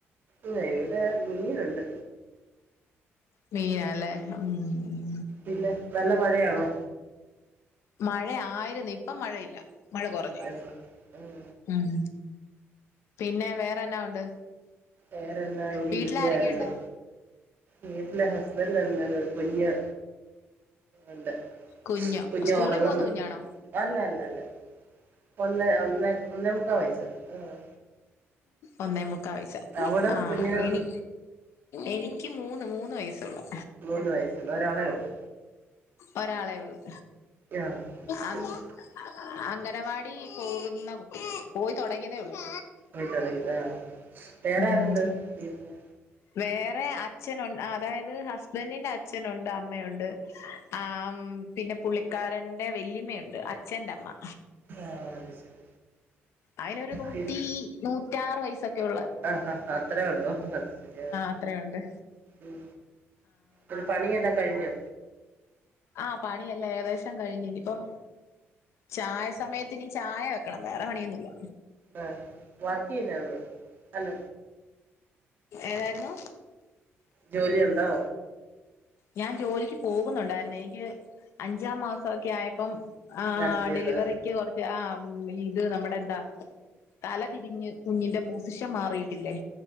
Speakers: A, on the right; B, on the left.
A: ഉം ഇവിടെ മീനുണ്ട്.
B: മീനാല്ലേ ഉം ഉം.
A: പിന്നെ നല്ല മഴയാണോ
B: മഴയായിരുന്നു ഇപ്പം മഴയില്ല മഴകൊറഞ്ഞ്.
A: ഉം, ഉം,
B: ഉം. പിന്ന വേറെ എന്നാവുണ്ട്
A: വേറെന്നാ ഇവിടെ
B: വീട്ടിലാരൊക്കെയുണ്ട്?
A: ഇരിക്കുവായിരുന്നു വീട്ടിലെ ഹസ്ബ്ന്റെണ്ട് കുഞ്ഞ്. ണ്ട്
B: കുഞ്ഞോ
A: കുഞ്ഞു
B: സ്കൂളിൽ
A: ഉറങ്ങ്ന്ന്.
B: പോകുന്ന കുഞ്ഞാണോ
A: അല്ല അല്ല അല്ല ഒന്ന് ഒന്നെ ഒന്നേ മുക്കാ വയസ്സുണ്ട് ആഹ്.
B: ഒന്നേമുക്കാ വയസാ
A: അവിടെ
B: ആ
A: കുഞ്ഞിനെന്ത്
B: എനി എനിക്ക് മൂന്ന് മൂന്ന് വയസൊള്ളൂ.
A: മൂന്ന് വയസുള്ള ഒരാളെള്ളു?
B: ഒരാളെ ഉള്ളു.
A: ആഹ് അത്
B: അങ്ങ്
A: ശരി
B: അംഗനവാടി പോകുന്നകുട്ടി പോയി തൊടങ്ങിയതേ ഉള്ളൂ.
A: ട്ടൂള ഇത് ആ വേറാരുണ്ട്
B: ഉം
A: വീട്ടില്?
B: വേറെ അച്ഛനൊ അതായത് ഹസ്ബന്റിന്റെ അച്ഛനുണ്ട് അമ്മയുണ്ട്. ആമ് പിന്നെ പുള്ളിക്കാരന്റെ വല്യമയുണ്ട്. ആ ച്ചന്റമ്മ
A: ആഹ് അത് ശരി
B: അയിനൊരു നൂറ്റി
A: പിന്നെ
B: നൂറ്റാറ് വയസ്സൊക്കെയുള്ള
A: ആഹ് ആഹ് അത്രയോണ്ടോ അത് ശരി ആഹ്
B: അത്രയുണ്ട്
A: ഉം. ആ പണിയെല്ലാം കഴിഞ്ഞൊ.
B: ആഹ് പണിയെല്ലാം ഏകദേശം കഴിഞ്ഞ് ഇനിപ്പം. ചായ സമയത്തിന് ചായ വെക്കണം വേറെ പണിയൊന്നുല്ല.
A: ആഹ് വർക്ക് ചെയ്യുന്നാന്നോ അല്ല.
B: ഏതായിരുന്നു.
A: ജോലി ഉണ്ടോ.
B: ഞാൻ ജോലിക്ക് പോകുന്നുണ്ടായിരുന്നെ എനിക്ക് അഞ്ചാം മാസൊക്കെ ആയപ്പം. ആഹ്
A: നടത്തിയത്
B: ഡെലിവറിക്ക് കൊറച്ച് ആ ഇത് നമ്മടെ എന്താ. തലതിരിഞ്ഞ് കുഞ്ഞിന്റെ പോസിഷൻ മാറിയിട്ടില്ലേ.